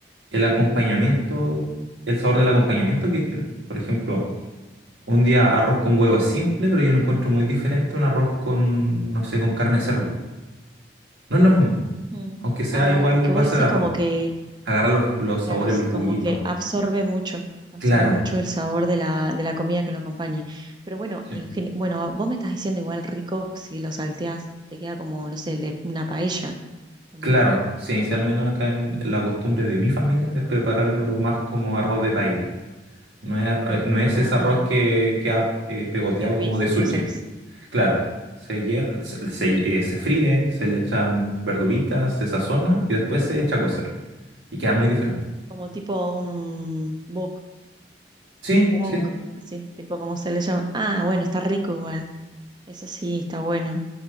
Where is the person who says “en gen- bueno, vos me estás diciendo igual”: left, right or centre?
Right